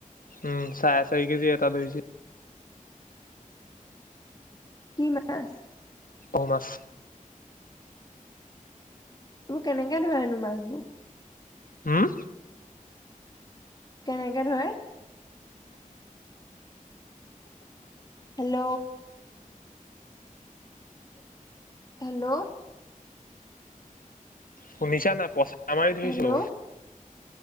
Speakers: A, on the left; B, on the left.
A: উমঁ, চাৰে চয় কেজি এটা ধৰিছে।
B: কি মাছ?
A: শুল মাছ।
B: এইবোৰ কেনেকে ধৰে এইবোৰ মাছ?
A: হুম?
B: কেনেকে ধৰে? হেল্ল'। হেল্ল'।
A: শুনিছা নাই? পচা মাৰি ধৰিছো,
B: হেল্ল'